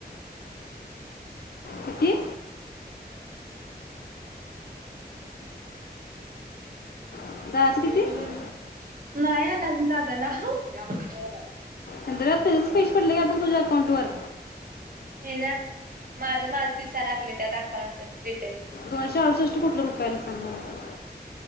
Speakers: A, on the left (about 65°); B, on the right (about 55°).
A: किती दादाचं किती
B: जेलरी
A: आणि
B: नाई आला अजून दादाला <unintelligible>
A: हेंदऱ्या त्याज्यच पैसे पडलं का बघ तुझा अकाउंटवर
B: ये जा माझं माझ दिसायला लागलं त्यात अकाउंटच डिटेल
A: दोनशे अडूसष्ट कुटल रुपय आलं सांग मला